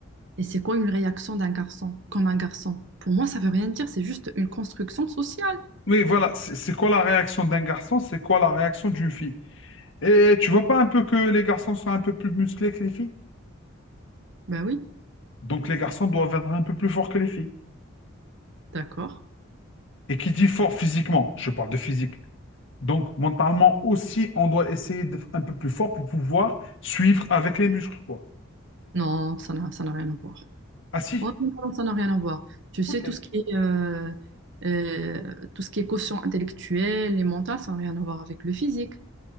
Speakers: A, on the right (about 60°); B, on the left (about 65°).
A: Et c'est quoi une réaction d'un garçon, comme un garçon? Pour moi, ça veut rien dire, c'est juste une construction sociale.
B: Oui, voilà. C'est c'est quoi la réaction d'un garçon? C'est quoi la réaction d'une fille? Et tu vois pas un peu que les garçons sont un peu plus musclés que les filles?
A: Ben oui,
B: Donc les garçons doivent être un peu plus forts que les filles.
A: d'accord.
B: Et qui dit fort physiquement, je parle de physique. Donc mentalement aussi, on doit essayer d'être un peu plus fort pour pouvoir suivre avec les muscles, quoi.
A: Non, ça n'a, ça n'a rien à voir.
B: Ah si,
A: Ouais, mais non, ça n'a rien à voir. Tu sais,
B: Ok.
A: tout ce qui est, euh, euh, tout ce qui est quotient intellectuel et mental, ça n'a rien à voir avec le physique.